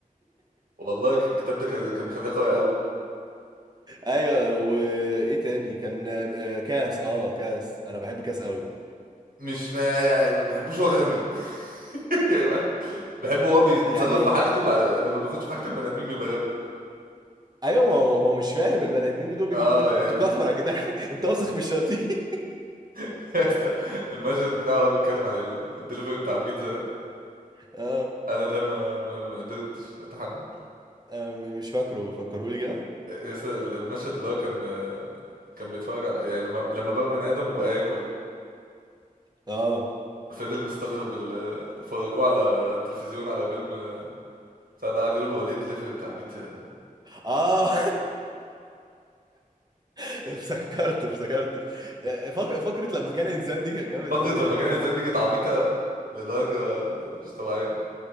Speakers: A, on the right; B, on the right.
A: والله ك- الكتاب ده كان كان مخليها قوية قوي
B: ايوه وايه تاني كان آه، كاس اه كاس انا بحب كاس قوي
A: مش ما يعني ما بحبوش هو غبي <laughs> يعني بحبه هو بيتصرف
B: يعني
A: بحاجته بعد لما بيخش في حاجة البني آدمين بيبقى غبي
B: ايوه ما هو هو مش فاهم البني ادمين دول بيتعاملوا
A: اه يعني
B: انتوا كفره يا جدعان <laughs> انت واثق من الشياطين <laughs>
A: <laughs> المشهد بتاعه وهو بيتكلم عن ال- الدليفري بتاع البيتزا ده
B: اه
A: انا ده ما ما ما قدرتش اتحمل
B: آه، مش فاكره فكروا لي كده
A: يس المشهد اللي هو كان كان بيتفرج على يعني لما لما بقى بني ادم وبقى ياكل
B: اه
A: فضل مستغرب ال... فرجوه على التلفزيون على فيلم بتاع ده قعد يقول هو ليه الدليفري بتاع البيتزا
B: اه <laughs> افتكرته افتكرته فق- فقرة لما كان انسان دي كان جامد
A: فقرة
B: قوي يعني
A: لما كانت
B: هو ف...
A: زندي كانت عبيطة لدرجة مش طبيعية